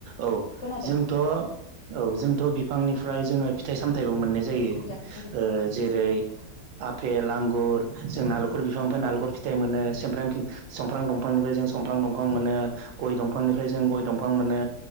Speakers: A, on the right; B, on the left.
A: औ
B: खोनादों
A: जोंथ'औ
B: औ
A: जोंथ' बिफांनिफ्राय जोङो फिथाइ साम थाइबो मोननाय जायो
B: दे बुंजा बुं
A: ओ जेरै आफेल आगुर जोंना लक खुर बिफांनिफ्राय नालेंखर
B: औ
A: फिथाइ मोनो सोमफ्रां फिफ समफ्रां दंफांनिफ्राय जों समफ्रांं दंफां मोनो गय दं फांनिफ्राय जों गय दंफां मोनो